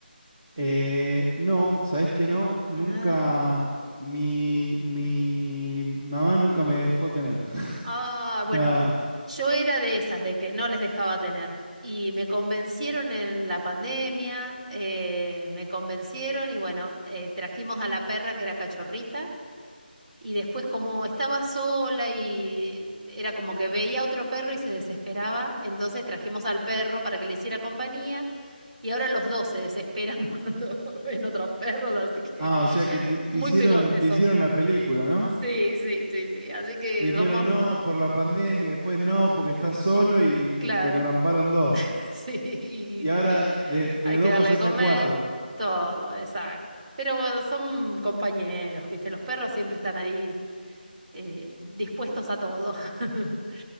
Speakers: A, on the right (about 20°); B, on the right (about 40°).
A: eh, no, ¿sabés que no? Nunca...
B: Nada.
A: Mi, mi mamá nunca me dejó tener. <laughs>
B: Ah, bueno,
A: Ya...
B: yo era de esas, de que no les dejaba tener. Y me convencieron en la pandemia, eh, me convencieron y bueno, eh, trajimos a la perra que era cachorrita. Y después como estaba sola y era como que veía otro perro y se desesperaba, entonces trajimos al perro para que le hiciera compañía y ahora los dos se desesperan <laughs> cuando ven otros perros, así que
A: Ah, o sea que te, te
B: muy
A: hicieron,
B: pegotes
A: te
B: son.
A: hicieron la película, ¿no?
B: Sí, sí, sí, sí, así que
A: Te dijeron
B: somos,
A: no por la pandemia, y después no porque estás solo y,
B: claro,
A: y te engramparon
B: <laughs>
A: dos.
B: sí,
A: Y ahora de, de
B: hay
A: dos
B: que darle
A: pasaste
B: de comer,
A: a cuatro.
B: todo, exacto. Pero son compañeros, ¿viste? Los perros siempre están ahí eh, dispuestos a todo. <laughs>